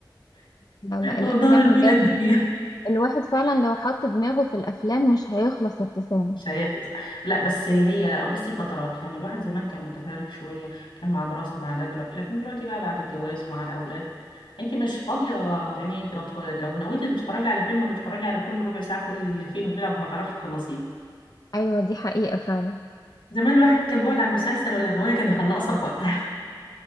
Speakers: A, on the left; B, on the left.
A: لا لا الافلام
B: ودار الدين
A: بجد
B: الدنيا
A: الواحد فعلا لو حط دماغه في الافلام مش هيخلص يا ابتسام
B: <laughs> مش هيخلص لا لا، بس هي بصي فترات يعني الواحد زمان كان متفرغ شويه كان مع دراسه مع ده دلوقتي لكن دلوقتي بقى بعد الجواز ومع الاولاد انت مش فاضيه تعملي انت لو تف- لو نويتي تتفرجي على فيلم هتتفرجي على كل ربع ساعه كل فين وفين قبل ما تعرفي تخلصيه
A: ايوه دي حقيقة فعلا
B: زمان الواحد كان بيقعد على المسلسل ولا الروايه كان يخلصها في وقتها <laughs>